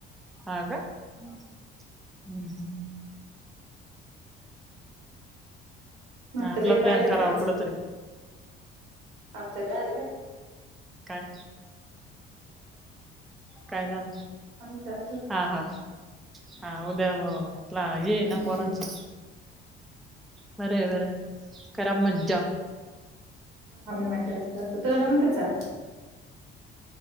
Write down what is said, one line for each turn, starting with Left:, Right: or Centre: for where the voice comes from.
Centre: हा का? हम्.
Right: मी
Centre: आपला
Right: त लय पाहिलं
Centre: प्लॅन करावा
Right: त्यांचं.
Centre: कुठ तरी
Right: आमच <unintelligible>
Centre: काय? काय झालं?
Right: आम सर
Centre: हा, हा, हा उद्या ला ये
Right: हम्म
Centre: ना पोरांची बर, बर करा मज्जा
Right: आम्ही मज्जा जास्त असतो तुला ज म्हणते चल